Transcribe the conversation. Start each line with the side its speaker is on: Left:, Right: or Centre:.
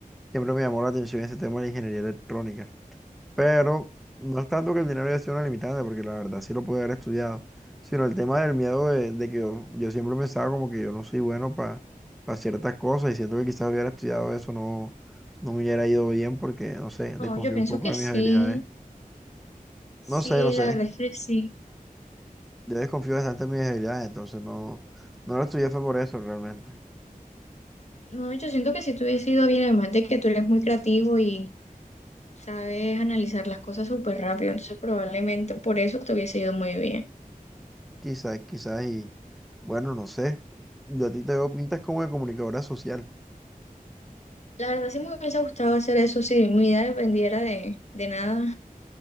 Centre: siempre me llamó la atención ese tema de la ingeniería electrónica. Pero no es tanto que el dinero haya sido una limitante, porque la verdad sí lo pude haber estudiado, sino el tema del miedo de, de que yo, yo siempre pensaba como que yo no soy bueno para ciertas cosas y siento que quizás hubiera estudiado eso, no, no me hubiera ido bien porque, no sé, desconfío
Left: No, yo pienso
Centre: un poco
Left: que
Centre: de
Left: sí,
Centre: mis habilidades.
Left: sí,
Centre: No sé, no
Left: la
Centre: sé,
Left: verdad es que sí.
Centre: yo desconfío bastante de mis habilidades, entonces no, no lo estudié fue por eso realmente.
Left: No, yo siento que si te hubiese ido bien, además de que tú eres muy creativo y sabes analizar las cosas súper rápido, entonces probablemente por eso te hubiese ido muy bien.
Centre: Quizás, quizás y bueno, no sé, yo a ti te veo pintas como de comunicadora social.
Left: La verdad sí me hubiese gustado hacer eso, si mi vida dependiera de, de nada,